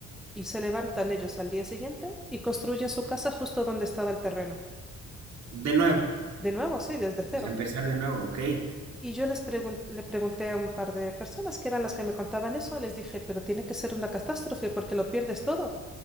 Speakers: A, in the centre; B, on the right.
A: Y se levantan ellos al día siguiente y construyen su casa justo donde estaba el terreno.
B: de nuevo.
A: De nuevo, sí, desde cero.
B: Pues empezar de nuevo, ok.
A: Y yo les pregun- le pregunté a un par de personas que eran las que me contaban eso, les dije, pero tiene que ser una catástrofe porque lo pierdes todo.